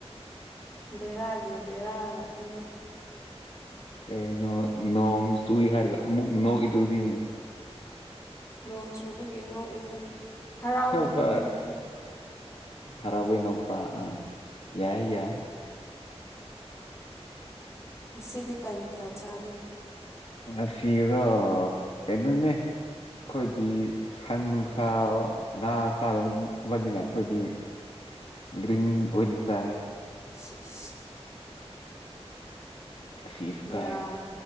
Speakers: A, on the left; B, on the left.
A: ꯕꯦꯔꯥꯒꯤ ꯕꯦꯔꯥ ꯉꯥꯛꯇꯅꯦ
B: ꯀꯩꯅꯣ ꯅꯣꯡ ꯆꯨꯏ ꯍꯥꯏꯔꯒ ꯑꯃꯨꯛ ꯅꯣꯛꯏꯗꯨꯗꯤ
A: ꯅꯣꯡ ꯆꯨꯕꯒꯤ ꯅꯣꯛꯏꯅꯦ ꯍꯔꯥꯎꯕꯒꯤ
B: ꯁꯕꯁ
A: ꯅꯣꯛꯏꯅꯦ
B: ꯍꯔꯥꯎꯩ ꯅꯣꯛꯄ ꯑꯥ ꯌꯥꯏ ꯌꯥꯏ
A: ꯉꯁꯤꯗꯤ ꯀꯩ ꯃꯊꯦꯜ ꯆꯥꯒꯦ
B: ꯉꯁꯤꯒ ꯀꯩꯗꯧꯅꯦ ꯑꯩꯈꯣꯏꯗꯤ ꯁꯟ ꯅꯨꯡꯁꯥ ꯉꯥ ꯆꯥꯔꯨꯕꯗꯤꯅ ꯑꯩꯈꯣꯏꯗꯤ ꯒ꯭ꯔꯤꯟ ꯑꯣꯏꯅ ꯆꯥꯏ
A: ꯁꯤꯦꯁ
B: ꯑꯁꯤ ꯏꯁꯀꯥꯏꯅ
A: ꯌꯥꯝ